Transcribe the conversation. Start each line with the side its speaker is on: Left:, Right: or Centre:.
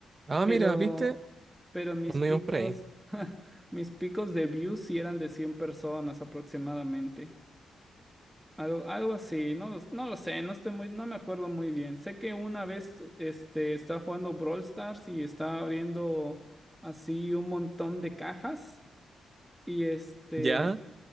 Right: Ah,
Centre: Pero,
Right: mira, ¿viste?
Centre: pero mis
Right: Anduvimos
Centre: picos,
Right: por ahí.
Centre: <laughs> mis picos de views sí eran de 100 personas aproximadamente. Algo, algo así, no, lo- no lo sé, no estoy muy, no me acuerdo muy bien. Sé que una vez este, estaba jugando Brawl Stars y estaba abriendo así un montón de cajas. Y este,
Right: Ya.